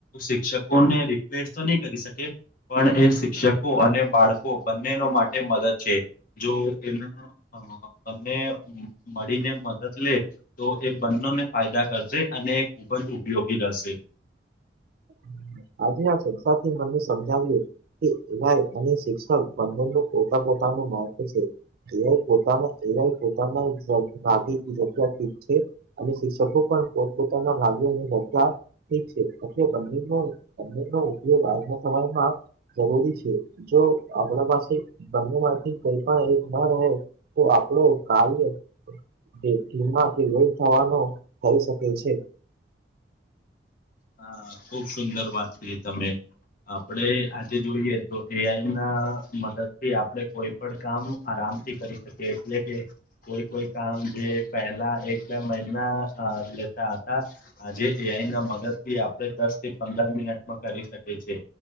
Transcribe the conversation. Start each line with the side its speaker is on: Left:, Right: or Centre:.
Left: શિક્ષકોને રિક્વેસ્ટ તો નહી કરી શકે પણ એ શિક્ષકો અને બાળકો બંનેનો માટે મદદ છે જો એના બને મળીને મદદ લે તો એ બંનેને ફાયદા કરશે અને એ ખૂબ જ ઉપયોગી રહેશે.
Right: <unintelligible> આજે આ સંસ્થાથી મને સમજાવ્યું કેય અને શિક્ષક બંનેનું પોતા પોતાનું મહત્વ છે એવા પોતાના એવા પોતાનાગ જગ્યા છે અને શિક્ષકો પણ પોત પોતાના ભાગ્યને ભગા ઠીક છે બનો બનો ઉપયોગ આજના સમયમાં જરૂરી છે જો આપણા પાસે બનેથી કોઈ પણ એક ના રહે તો આપડો કામ છે જે ધીમાંથી લોલ થવાનો થઈ શકે છે
Left: હા ખુબ સુંદર વાત છે તમે આપણે આજે જોઈએ તો એઆઈ ના મદદ થી આપણે કોઈ પણ કામ આરામથી કરી શકે એટલે કે કોઈ કોઈ કામ જે પહેલા એક બે મહિના લેતા હતા આજે એઆઈ ના મદદ થી આપણે દસ થી પંદર મિનટમાં કરી શકીએ છે